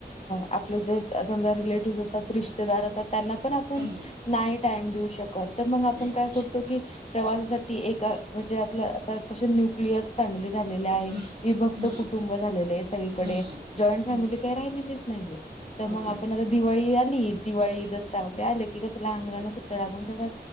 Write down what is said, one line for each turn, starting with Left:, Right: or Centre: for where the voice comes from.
Left: आपले जे समजा रिलेटिव्ह असत रिश्तेदार असतात त्यांना पण आपण
Right: हम्म
Left: नाही टाईम देऊ शकत तर मग आपण
Right: नाही
Left: काय
Right: दिश
Left: करतो की प्रवासासाठी एक म्हणजे आपलं आता कस न्युक्लिअर्स फॅमिली झाले आहे
Right: हम्म
Left: विभक्त
Right: हम्म
Left: कुटुंब झालेले सगळी कडे
Right: हम्म
Left: जॉइंट
Right: हम्म
Left: फॅमिली काय राहिलीच नाही तर
Right: हो
Left: मग
Right: मॅडम
Left: आपल्यालाच दिवाळी आली दिवाळी दसरा वगैरे आले की कसं लहान मुलांना सुट्ट्या लागून जातात